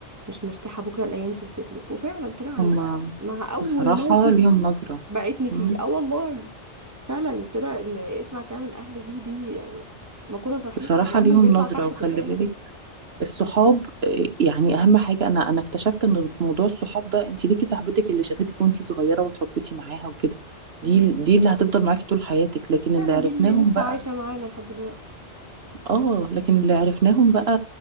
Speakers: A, on the right; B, on the right.
A: مش مرتاحه بكره الايام تثبت لك وفعلا طلع عندها
B: هما
A: حق مع اول
B: بصراحة
A: موقف
B: ليهم نظرة
A: بعتني فيه
B: مم.
A: اه والله فعلا طلع ان اسمع كلام الاهل دي دي مقولة صحيحة
B: بصراحة
A: كلامهم
B: ليهم
A: بيطلع
B: نظرة
A: صح
B: وخلي
A: في الاخر
B: بالك الصحاب آه، يعني اهم حاجة انا انا اكتشفت ان في موضوع الصحاب ده انت ليكي صاحبتك اللي شافتك وانت صغيرة وتربيتي معاها وكده
A: مم.
B: دي دي اللي هتفضل معاكي طول حياتك لكن
A: فعلا
B: اللي عرفناهم
A: دي اللي لسه
B: بقى
A: عايشة معانا لحد دلوقتي
B: اه لكن اللي عرفناهم بقى